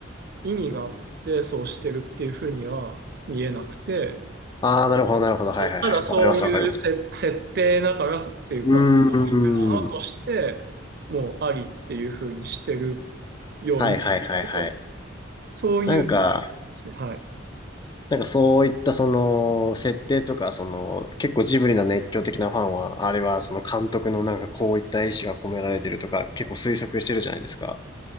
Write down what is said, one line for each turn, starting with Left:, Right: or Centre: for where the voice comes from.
Right: 意味があって、そうしてるっていうふうには見えなくて、
Left: ああ、なるほど、なるほど。はいはいはい。
Right: ただそういうせ設定だからっていうか、
Left: わかります、わかります。うーん。
Right: のとして、もうありっていうふうにしてるように、
Left: はいはいはいはい。
Right: でそういう
Left: なんか、
Right: ですね、はい。
Left: なんかそういったその設定とかその結構ジブリの熱狂的なファンはあれはその監督のなんかこういった意思が込められてるとか結構推測してるじゃないですか。